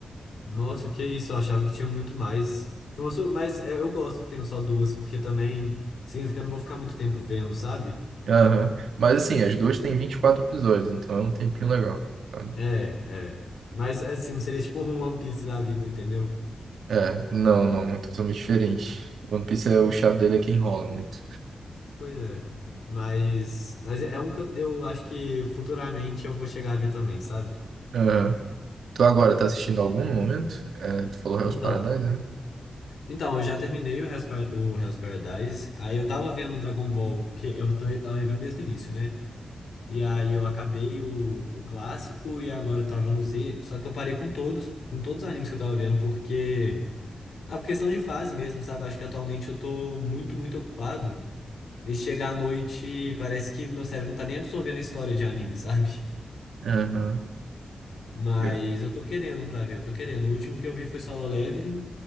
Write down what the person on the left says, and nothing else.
Nossa, que isso, eu achava que tinha muito mais. Foi uma sur- Mas é, eu gosto que tenham só duas, porque também significa que eu não vou ficar muito tempo vendo, sabe?
É, é. Mas assim, não seria tipo um One Piece da vida, entendeu?
Pois é. Mas, mas é um que eu, eu acho que futuramente eu vou chegar a ver também, sabe?
Então.
Então, eu já terminei o Hell's, Par- o Hell's Paradise. Aí eu tava vendo o Dragon Ball, porque eu tô- eu tava vendo desde o início, né? E aí eu acabei o, o clássico e agora eu tava no Z. Só que eu parei com todos, com todos os animes que eu tava vendo, porque. Ah, por questão de fase mesmo, sabe? Acho que atualmente eu tô muito, muito ocupado. E chegar à noite, parece que meu cérebro não tá nem absorvendo a história de anime, <laughs> sabe?
Mas
eu tô querendo um pra ver, eu tô querendo. O último que eu vi foi Solo Leveling.